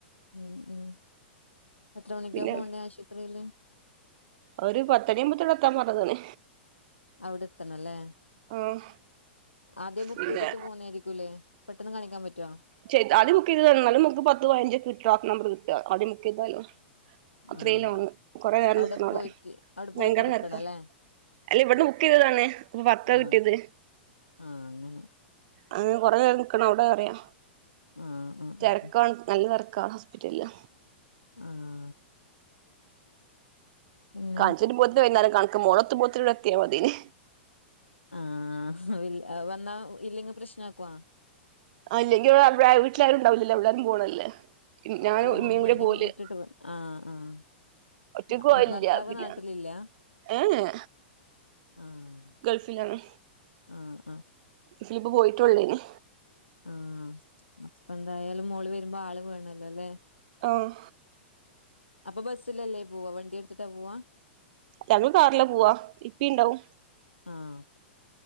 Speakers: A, on the left (about 80°); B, on the right (about 45°).
A: ഉം ഉം എത്ര മണിക്കാ
B: പിന്നെ
A: പോവണ്ടേ ആശുവത്രീയില്
B: ഒരു പത്തണിയാവുമ്പത്തിന് അവടെ എത്താൻ പറഞ്ഞതാണ്
A: അവടെ എത്തണല്ലേ
B: ആഹ്
A: ആദ്യം ബുക്കെയ്ത്ട്ട്
B: പിന്നെ
A: പോവുന്നേര്ക്കൂല്ലേ പെട്ടെന്ന് കാണിക്കാൻ പറ്റോ
B: ചെ ആദ്യം ബുക്കെയ്ത് വന്നാലും നമുക്ക് പത്ത് പതിനഞ്ച്ക്കെ കിട്ടാ നമ്പർ കിട്ടാ ആദ്യം ബുക്കെയ്താലും അത്രിം
A: ആഹ്
B: ലോങ് കൊറേ നേരം
A: അവിടെ
B: നിക്കണവടെ
A: പോയിട്ട് അവിടെ പോയിട്ട്
B: ഭയങ്കര
A: എടുക്കണല്ലേ
B: തെരക്കാ അല്ലെ ഇവട്ന്ന് ബുക്കെയ്തതാണ്. ഇഞ്ഞ് പ ത്താ
A: ആഹ്
B: കിട്ടിയെത്
A: ആഹ് അങ്ങനെ
B: അങ്ങനെ കൊറേ നേരം നിക്കണം അവടെറിയാ
A: ആഹ് ആഹ്
B: തെരക്കാണ്
A: ആഹ്
B: നല്ല തെരക്കാ ഹോസ്പിറ്റല്ല്
A: ആഹ് പിന്നെ
B: കാൺചേരും പോത്തിന് വൈന്നാരം കണക്ക് മോളത്ത് പോത്തിന് വടേ എത്തിയാ മതീന്.
A: ആഹ് വിൽ അഹ്‌ വന്നാ ഇല്ലെങ്കി പ്രശ്നാക്കോ
B: ആഹ് ഇല്ലെങ്കി ഇവടെ ഇവടാരും വീട്ട്ലാരും ഇണ്ടാവില്ലല്ലോ എല്ലാരും പോണല്ലേ ഞാനും
A: ഓഹ്
B: ഉമ്മയും
A: ഉമ്മാനേം
B: കൂടെ പോവല്
A: കൂട്ടിട്ട് വെ ആഹ് ആഹ്
B: ഒറ്റക്ക്
A: ആഹ്
B: പോവലില്ല
A: ഭർത്താവ്
B: പിന്നെ
A: നാട്ട്ലില്ലാ
B: ഏ ഏ
A: ആഹ്
B: ഗൾഫിലാണ്
A: ആഹ് ആഹ്
B: പക്ഷേ ഇപ്പം പോയിട്ടോള്ളേനി
A: ആഹ് അപ്പൊ എന്തായാലും മോള് വരുമ്പോ ആള് വേണല്ലോല്ലേ
B: ആഹ്
A: അപ്പൊ ബസ്സിലല്ലേ പോവാ വണ്ടി എടുത്തിട്ടാ പോവാ
B: ഞങ്ങള് കാറിലാ പോവാ ഇപ്പാ ഇണ്ടാവും
A: ആഹ്